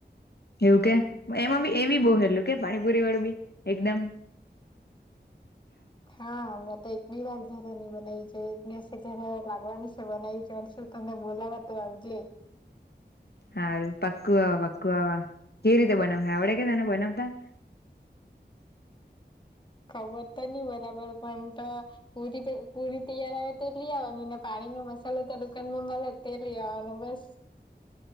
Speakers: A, on the left; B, on the left.
A: એવું કે એમાં બી એ બી બહ હેલું કે પાણીપુરી વાળું બી એકદમ <unintelligible>
B: હા મ એક બે વાર ઘરેની બનાવી જાયશે ઘરે લાગવાની છે બનાવી જાય અનેું તમને બોલાવા તો હજે
A: સારું પક્કું પક્કુ આવા કેવી રીતે બનાવશે આવડે કે તને બનાવતા <inaudible>
B: ખબર તો નહી બરાબર પણ તો પુરી પુરી તૈયાર આવે તો એટલી આવેને પાણી મસાલો ત દુકાનમાં મળ તેલી આવવાનું બસ